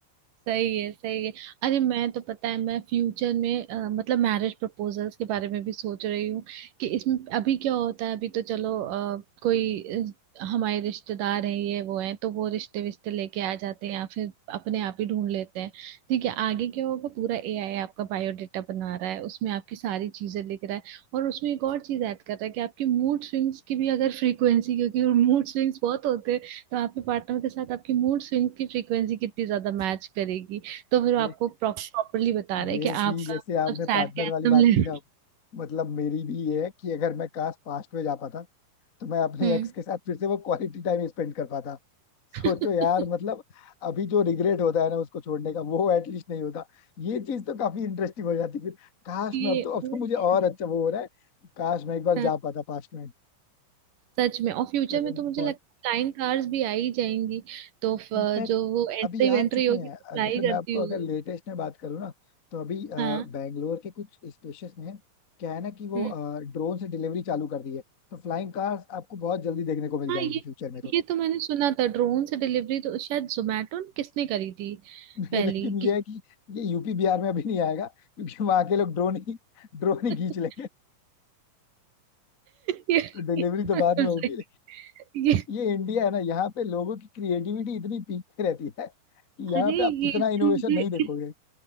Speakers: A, on the right (about 65°); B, on the left (about 60°).
A: सही है सही है अरे मैं तो पता है मैं फ्यूचर में अ, मतलब मैरिज प्रपोजल्स के बारे में भी सोच रही हूँ कि इसमें अभी क्या होता है अभी तो चलो अ, कोई अ, हमारे रिश्तेदार हैं ये वो हैं तो वो रिश्ते विश्ते लेके आ जाते हैं या फिर अपने आप ही ढूंढ लेते हैं ठीक है आगे क्या होगा पूरा एआई आपका बायोडेटा बना रहा है उसमें आपकी सारी चीजें लिख रहा है और उसमें एक और चीज ऐड कर रहा है कि आपकी मूड स्विंग्स की भी अगर फ्रीक्वेंसी क्योंकि मूड स्विंग्स बहुत होते तो आपके पार्टनर के साथ आपकी मूड स्विंग की फ्रीक्वेंसी कितनी ज्यादा मैच करेगी तो फिर वो
B: ये
A: आपको प्रॉपरली बता रहे
B: ये
A: हैं कि आपका
B: चीज जैसे
A: मतलब
B: आपने
A: सैड
B: पार्टनर
A: का एकदम
B: वाली बात
A: लेवल
B: की ना मतलब मेरी भी ये है कि अगर मैं काश पास्ट में जा पाता तो मैं अपने
A: हम्म
B: एक्स के साथ फिर से वो क्वालिटी टाइम स्पेंड कर पाता
A: <laughs>
B: सोचो यार मतलब अभी जो रिग्रेट होता है ना उसको छोड़ने का वो एटलीस्ट नहीं होता ये चीज तो काफी इंटरेस्टिंग हो जाती फिर काश
A: ये
B: मैं अब तो
A: और
B: अब तो मुझे
A: क्या
B: और अच्छा वो हो रहा है काश मैं एक बार
A: हाँ
B: जा पाता पास्ट में
A: सच में और फ्यूचर
B: कसम
A: में तो
B: से
A: मुझे
B: बहुत
A: लगता है फ्लाइंग कार्स भी आ ही जाएंगी तो फ-
B: इनफैक्ट
A: जो वो एंट्री
B: अभी आ
A: वेंट्री
B: चुकी
A: होगी
B: हैं
A: तो
B: अगर
A: फ्लाई करती
B: मैं आपको
A: होगी
B: अगर लेटेस्ट में बात करूँ ना तो अभी
A: हाँ
B: बैंगलोर के कुछ स्पेशस में क्या है ना कि वो
A: हम्म
B: ड्रोन से डिलीवरी चालू कर दी है तो फ्लाइंग कार्स आपको बहुत जल्दी देखने को मिल
A: हाँ
B: जाएंगी
A: ये
B: फ्यूचर में तो
A: ये तो मैंने सुना था ड्रोन से डिलीवरी तो शायद जोमेटो ने किसने करी थी
B: नहीं
A: पहली
B: लेकिन ये
A: कि
B: है कि ये यूपी बिहार में अभी नहीं आएगा क्योंकि वहां के लोग ड्रोन ही ड्रोन ही
A: <laughs>
B: खींच लेंगे
A: ये,
B: तो डिलीवरी
A: ये
B: तो
A: बात
B: बाद
A: तो
B: में होगी
A: सही। ये
B: ये इंडिया है ना यहाँ पे लोगों की क्रिएटिविटी इतनी पीक पे रहती है कि यहाँ
A: अरे ये
B: पे आप इतना
A: इससे
B: इनोवेशन
A: मुझे
B: नहीं देखोगे
A: इस